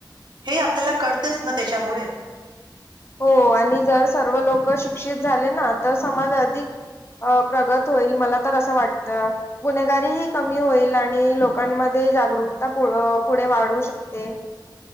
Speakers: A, on the right; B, on the left.
A: हे ही आपल्याला कळतेच ना त्याच्यामुळे
B: हो आणि जर सर्व लोक शिक्षित झाले ना तर समज अधिक अ प्रगत होईल मला तर असं वाटत गुन्हेगारीही कमी होईल आणि लोकांन मध्ये जागरूकता पुढ पुढे वाढू शकते